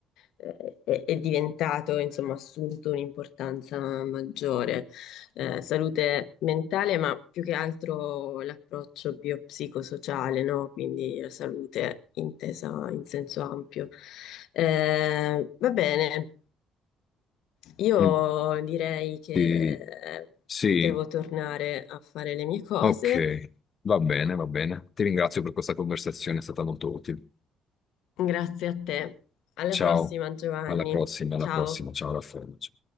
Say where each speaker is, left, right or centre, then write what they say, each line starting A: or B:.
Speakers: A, on the left; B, on the left.
A: eh, è, è diventato, insomma, assunto un'importanza maggiore. Eh, salute mentale, ma più che altro l'approccio biopsicosociale, no? Quindi la salute intesa in senso ampio. Eh, va bene, io
B: Mm.
A: direi che
B: Sì,
A: eh,
B: sì,
A: devo tornare a fare le mie cose.
B: ok, va bene, va bene. Ti ringrazio per questa conversazione, è stata molto utile.
A: Grazie a te. Alla
B: Ciao,
A: prossima, Giovanni.
B: alla prossima,
A: Ciao.
B: alla prossima, ciao Raffaele. ciao.